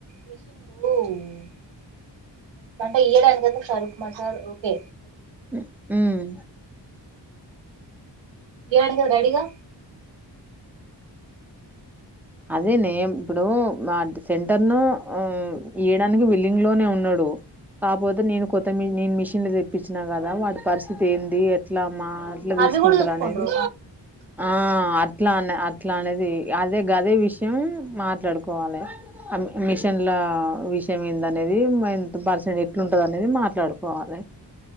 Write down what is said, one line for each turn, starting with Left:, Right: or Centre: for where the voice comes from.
Right: మెషిన్న్లు <unintelligible> అంటె ఏడాది బదులు శౌరిక్ మాసాలు ఒకే
Centre: ఉ ఉమ్
Right: <unintelligible> లేడు గూడ అడిగా
Centre: అది నే ఇప్పుడు మా సెంటర్ ను ఇయ్యడానికి విల్లింగ్ లోనే ఉన్ నుడు కాకపోతే నేను కొత్త నేను మిషన్లు తెప్పించినా కదా వాడి పరిస్థితి ఏంది ఎట్లా మా అట్ల
Right: అవి
Centre: తీసుకుంటరు
Right: కూడా చూసుకుంట్రు
Centre: అనేది ఆ అట్ల అన్ అట్ల అనేది అదే గదె విషయం ఉమ్ మాట్లాడుకోవాలె అన్ని మిషన్ల లా విషయం ఏందనేది మరి ఎంత పర్సెంట్ ఎట్లుంటది అనేది మాట్లాడుకోవాలె